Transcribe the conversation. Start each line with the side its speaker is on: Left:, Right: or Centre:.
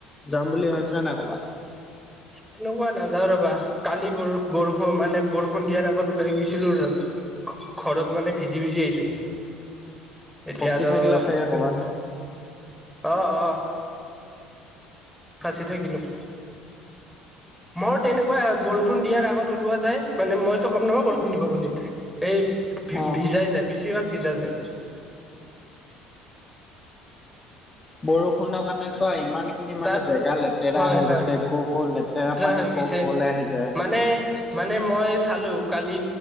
Left: যাম বুলি ভাবিছা নাই কবাত?
Centre: তেনেকুৱা নাযাওঁ ৰবা, কালি বৰ', - বৰষুণ মানে বৰষুণ দিয়াৰ আগত ওলাই গৈছিলোঁ', ঘৰত মানে ভিজি - ভিজি আহিছোঁ', এতিয়া
Left: ফচি
Centre: আৰু,
Left: থাকিলা চাগে ক'বাত
Centre: উম', অ', - অ', ফাঁচি থাকিলোঁ', মোৰ তেনেকুৱা আৰু বৰষুণ দিয়াৰ আগত ওলোৱা যায়, মানে মইতো গম নাপাওঁ বৰষুণ দিব বুলি', এই, ভি',
Left: অ
Centre: -ভি', - ভিজাই যায়, বেছিভাগ ভিজা যায়',
Left: বৰষুণৰ কাৰণে চোৱা ইমান', খিনি মানে
Centre: তাত
Left: জেগা লেতেৰা
Centre: হয়
Left: হৈ
Centre: হয়
Left: গৈছে, কৈ', -কৈ', লেতেৰা পানী
Centre: হৈ গৈছে
Left: কৈ', - কৈ'লৈ আহি যায়',
Centre: মানে', মানে মই চালোঁ, কালি